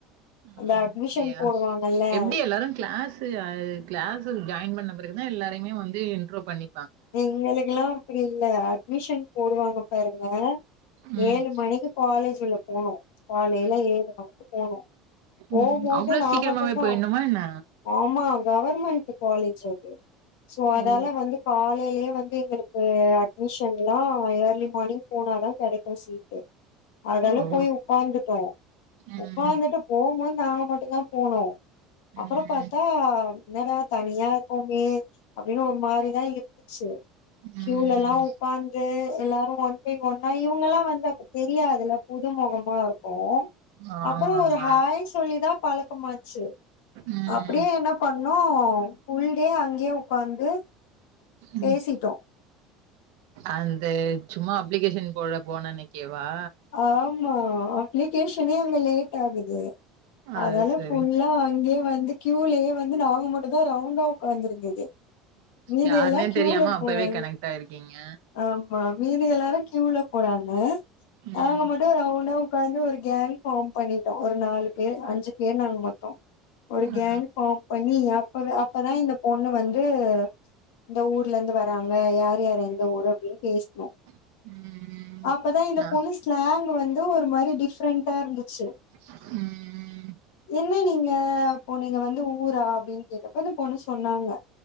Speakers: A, on the right; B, on the left.
A: ஆ
B: அந்த அட்மிஷன்
A: அப்டியா
B: போடுவாங்கல்ல
A: எப்டி எல்லாரு க்ளாஸ் து அ க்ளாஸுல் ஜாய்ன் பண்ண பிறகுதா எல்லாரைமே வந்து இன்ட்ரோ பண்ணி
B: எங்களுக்குலா <unintelligible> இல்ல அட்மிஷன் போடுவாங்க பாருங்க
A: ம்
B: ஏழு மணிக்கு காலேஜ் உள்ள போனோ காலைல ஏழு மணிக்கு போனோ போம்போது
A: ம் அவ்ளோ
B: நா
A: சீக்கிரமாவே
B: மட்டுந்தா
A: போயிட்ணுமா என்ன
B: ஆமா கவர்மெண்ட்டு காலேஜ் அது சோ அதால
A: ஓ
B: வந்து காலைலே வந்து எங்களுக்கு அட்மிஷன் எல்லா இயர்லி மார்னிங் போனாதா கெடைக்கு சீட்டு அதுனால
A: ஓ
B: போய் உக்காந்துட்டோ
A: ம்
B: உக்காந்துட்டு போம்போத் நாங்க மட்டுந்தா போனோ அப்பறோ
A: ம்
B: பாத்தா என்னடா தனியா இர்க்கோமே அப்டினு ஒரு மாரிதா இரு ந்ச்சு க்யூலெல்லா
A: ம்
B: உக்காந்து எல்லாரு ஒன் பை ஒன்னா இவங்கல்லா வந்து அப்ப தெரியாதுல்ல புது மொகமா இருக்கு
A: ஆமா
B: அப்பறோ
A: ஆமா
B: ஒரு ஹாய் சொல்லிதா பழக்கமாச்சு
A: ம்
B: அப்டியே என்ன பண்ணோ ஃபுல்டே அங்கயே உக்காந்து
A: ம்
B: பேசிட்டோ
A: அந்த சும்மா அப்ளிகேஷன் போட போன அன்னைக்கேவா
B: ஆமா அப்ளிகேஷனே லேட் ஆகுது
A: அது
B: அதால
A: சரி
B: ஃபுல்லா அங்கியே வந்து க்யூலயே வந்து நாங்க மட்டுதா ரவுண்ட்டா உக்காந்திருந்தது மீதியெல்லா
A: யாருனே
B: க்யூல
A: தெரியாம அப்பவே
B: போனாங்க
A: கனெக்ட் ஆயிருக்கீங்க
B: ஆமா மீதியெல்லாரு க்யூல கோடாங்க
A: ம்
B: அவ்ங்க மட்டு ரவுண்டா உக்கார்ந்து ஒரு கேங் ஃபாம் பண்ணிட்டோ ஒரு நாலு பேர் அஞ்சு பேர் நாங்க மொத்தோ ஒரு கேங்
A: ஆ
B: ஃபாம் பண்ணி அப்பவெ அப்பதா இந்த பொண்ணு வந்து இந்த ஊர்லர்ந்து வராங்க யார் யார் எந்த ஊரு அப்டின் பேசுனோ
A: ம் ம்
B: அப்பதா இந்த
A: நா
B: பொண்ணு ஸ்லாங் வந்து ஒரு மாரி டிஃப்ரெண்ட்டா இருந்துச்சு
A: ம் ம்
B: என்ன நீங்க அப்ப நீங்க வந்து ஊரா அப்டின் கேட்டப்ப இந்த பொண்ணு சொன்னாங்க